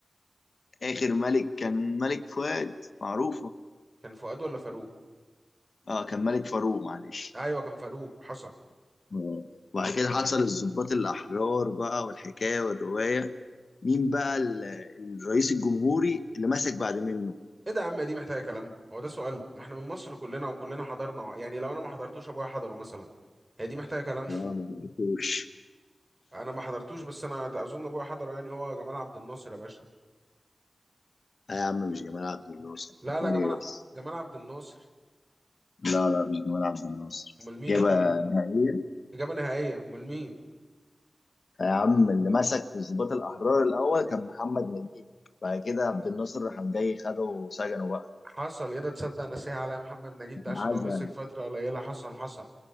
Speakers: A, on the left; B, on the right.
A: آخر ملك كان ملك فؤاد معروفة
B: كان فؤاد ولا فاروق
A: اه كان ملك فاروق معلش
B: ايوه كان فاروق حصل
A: آه. وبعد كده حصل الضباط الأحرار بقى والحكاية والرواية مين بقى ال- الرئيس الجمهوري اللي مسك بعد منه؟
B: ايه ده يا عم دي محتاجه كلام هو ده سؤال ما احنا من مصر كلنا وكلنا حضرنا يعني لو انا ما حضرتوش ابويا حضره مثلا هي دي محتاجه كلام
A: لا ما حبيتهوش
B: انا ما حضرتوش بس انا اظن ابويا حضره يعني هو جمال عبد الناصر يا باشا
A: آه يا عم مش جمال عبد الناصر
B: لا
A: بتقول
B: لا جمال
A: ايه
B: ع-
A: بس
B: جمال عبد الناصر
A: لا لا مش جمال عبد الناصر
B: امال مين
A: إجابة
B: يا اخويا
A: نهائية
B: اجابه نهائيه امال مين
A: يا عم اللي مسك في الضباط الأحرار الأول كان محمد نجيب بعد كده عبد الناصر راح جاي خده وسجنه بقى
B: حصل ايه ده تصدق نسيها عليا محمد نجيب ده عشان
A: عزل
B: هو مسك فترة قليلة حصل حصل